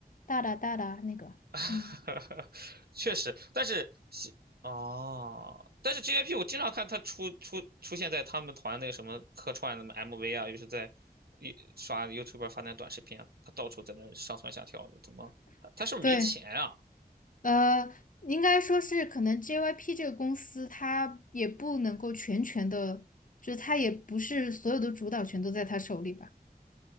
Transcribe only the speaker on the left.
大大大大那个，嗯，
对，呃，应该说是可能 JYP 这个公司，它也不能够全权的，就是它也不是所有的主导权都在他手里吧。